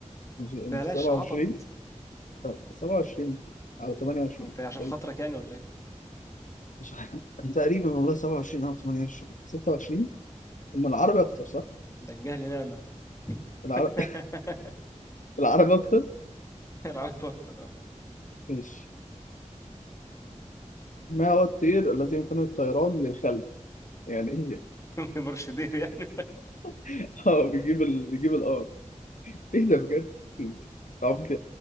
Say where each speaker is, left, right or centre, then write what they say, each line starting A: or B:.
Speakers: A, on the left (about 85°); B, on the left (about 25°).
A: مش مش
B: بلاش
A: 27
B: عبط
A: أو 27 أو 28
B: هو أنت عشان
A: أي
B: خاطرك يعني ولا إيه؟
A: مش عارف. <laughs> تقريبا والله 27 أو 28 26 أما العربي أكتر صح؟
B: ده الجهل نعمة
A: العربي
B: <laughs>
A: <laughs> العربي أكتر
B: العب أكتر آه.
A: ماشي ما هو الطير الذي يمكنه الطيران للخلف؟ يعني إيه؟ يعني؟
B: <laughs> مرشدين يعني
A: <laughs> أه بيجيب ال... بيجيب الأرض إيه ده بجد؟ أنت عمك